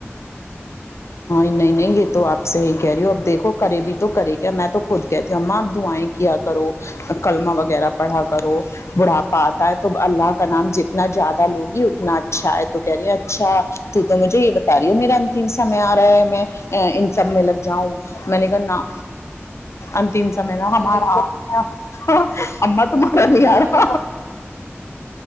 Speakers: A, on the left; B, on the right.
A: نہیں نہیں گ تو آپ صحی کہہ رہی ہوں اب دیکھو کرے بھی تو کرے گ میں تو خود کہتی ہوں ااں اب دعائیں کیا کرو کلمہ وغیرہ پڑھا کرو بڑھاپا آتا ہے تو اللہ کا نام جتنا زیادہ لوگی اتنا اچھا ہے تو کہہ رہی ہیں اچھا تو مجھے یہ بتا رہی ہے میرا انتم سمے آ رہا ہے میں ان سب میں لگ جاؤں میں نے نا انتم سمے نا
B: میں
A: ہمارا
B: نے
A: <inaudible> پنی آارا
B: ہماری